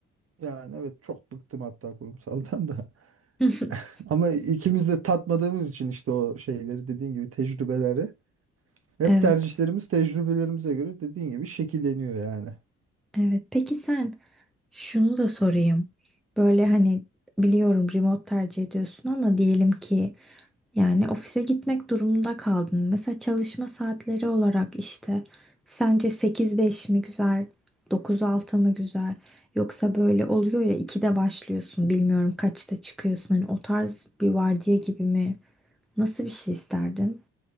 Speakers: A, on the right; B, in the centre.
A: Yani evet çok bıktım hatta kurumsaldan da.
B: <laughs>
A: <laughs> Ama ikimiz de tatmadığımız için işte o şeyleri dediğin gibi tecrübeleri. Hep
B: Evet,
A: tercihlerimiz tecrübelerimize göre dediğin gibi şekilleniyor yani.
B: evet. Peki sen şunu da sorayım. Böyle hani biliyorum remote tercih ediyorsun ama diyelim ki Yani ofise gitmek durumunda kaldın. Mesela çalışma saatleri olarak işte sence sekiz beş mi güzel, dokuz altı mı güzel? Yoksa böyle oluyor ya 2'de başlıyorsun, bilmiyorum kaçta çıkıyorsun. Hani o tarz bir vardiya gibi mi? Nasıl bir şey isterdin?